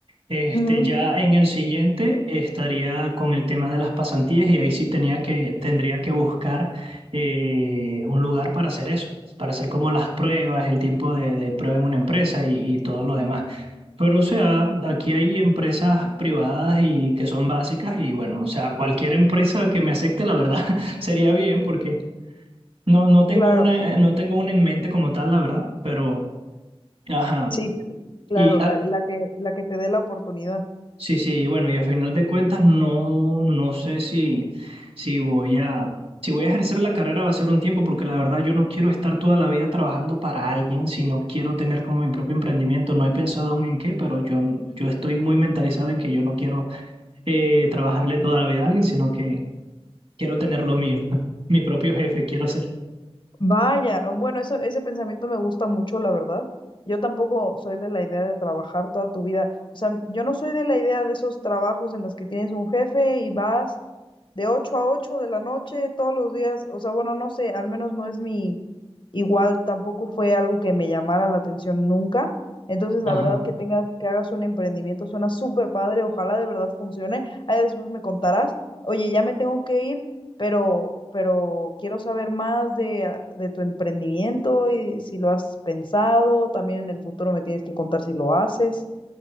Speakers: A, on the right (about 70°); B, on the left (about 50°).
A: Este,
B: Ujú,
A: ya en el siguiente estaría con el tema de las pasantías y ahí sí tenía que, tendría que buscar eh, un lugar para hacer eso, para hacer como las pruebas, el tiempo de, de prueba en una empresa y, y todo lo demás. Pero o sea, aquí hay empresas privadas y que son básicas y bueno, o sea, cualquier empresa que me acepte, la verdad, <laughs> sería bien porque no, no tengo
B: claro,
A: una, no tengo una en mente como tal, la verdad, pero ajá.
B: sí, claro,
A: Y
B: la,
A: ah,
B: la que, la que te dé la oportunidad.
A: Sí, sí, y bueno, y a final de cuentas no, no sé si, si voy a, si voy a ejercer la carrera va a ser un tiempo, porque la verdad yo no quiero estar toda la vida trabajando para alguien, sino quiero tener como mi propio emprendimiento. No he pensado aún en qué, pero yo, yo estoy muy mentalizado en que yo no quiero eh, trabajarle toda la vida a alguien, sino que quiero tener lo mío, <laughs> mi propio jefe quiero ser.
B: Vaya, bueno, eso, ese pensamiento me gusta mucho, la verdad. Yo tampoco soy de la idea de trabajar toda tu vida. O sea, yo no soy de la idea de esos trabajos en los que tienes un jefe y vas de 8 a 8 de la noche todos los días. O sea, bueno, no sé, al menos no es mi, igual tampoco fue algo que me llamara la atención nunca. Entonces,
A: Ajá.
B: la verdad que tengas, que hagas un emprendimiento suena súper padre, ojalá de verdad funcione. Ahí después me contarás, oye, ya me tengo que ir, pero, pero quiero saber más de, ah, de tu emprendimiento y si lo has pensado. También en el futuro me tienes que contar si lo haces.